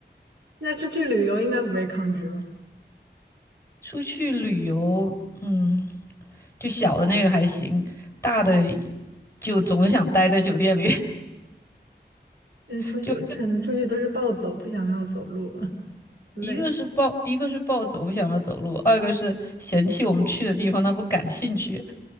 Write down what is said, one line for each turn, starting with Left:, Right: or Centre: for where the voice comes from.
Right: 那出去旅游应该不会抗拒吧？
Left: <laughs> 出去旅游，嗯，就小的那个还行，大的就总想待在酒店里。
Right: 嗯，
Left: <laughs>
Right: 出去可能出去都是暴走，
Left: 就。
Right: 不想要走路，<laughs> 累
Left: 一个是暴，一个是暴走不想要走路，二个是嫌弃我们去的地方他不感兴趣，